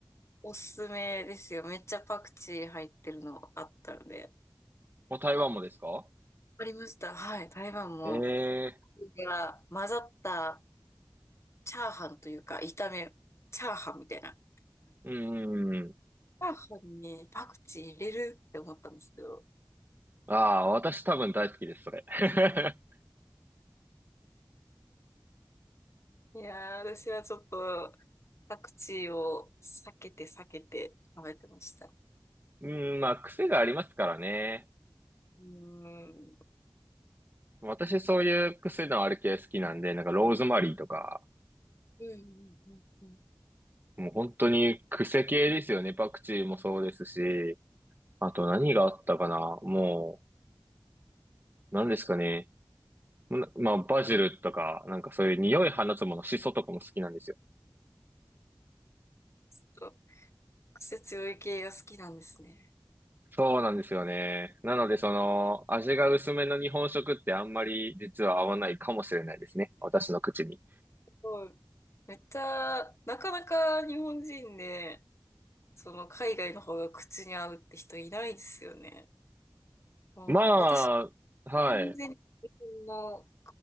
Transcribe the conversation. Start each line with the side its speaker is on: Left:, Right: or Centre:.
Left: おすすめですよ。めっちゃパクチー入ってるのあったので。
Right: もう台湾もですか
Left: ありました。はい。台湾も、
Right: え
Left: いや、混ざったチャーハンというか、炒め、チャーハンみたいな。
Right: うんうんうん。
Left: チャーハンにパクチー入れるって思ったんですけど。
Right: ああ、私多分大好きです、それ。<laughs>
Left: いやー、私はちょっと、パクチーを避けて避けて食べてました。
Right: うん、まあ、癖がありますからね。
Left: うーん。
Right: 私そういう癖のある系好きなんで、なんかローズマリーとか、
Left: うんうんうんうん。
Right: もう本当に癖系ですよね。パクチーもそうですし、あと何があったかな。もう、何ですかね。なまあ、バジルとか、なんかそういう匂い放つもの、シソとかも好きなんですよ。
Left: ちょっと癖強い系が好きなんですね。
Right: そうなんですよね。なので、その、味が薄めの日本食ってあんまり実は合わないかもしれないですね。私の口に。
Left: そう。めっちゃ、なかなか日本人で、その海外の方が口に合うって人いないですよね。もう私、
Right: まあ、はい。
Left: 完全に日本の